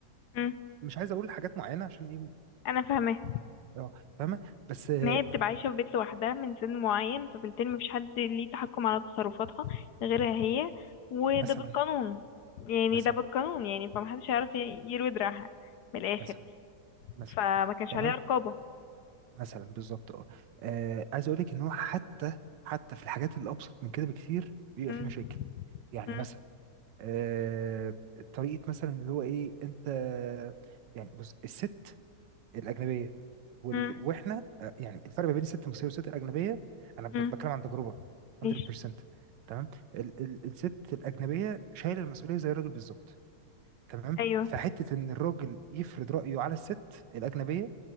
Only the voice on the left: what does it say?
مم.
انا فاهمه
ان هي بتبقى عايشة في بيت لوحدها من سن معين فبالتالي مفيش حد ليه تحكم على تصرفاتها غيرها هي وده
بالقانون يعني
ده بالقانون يعني فمحدش هيعرف ي- يروي دراعها من الآخر
فما كانش
عليها رقابة
مم،
مم،
مم،
مم،
ماشي
أيوه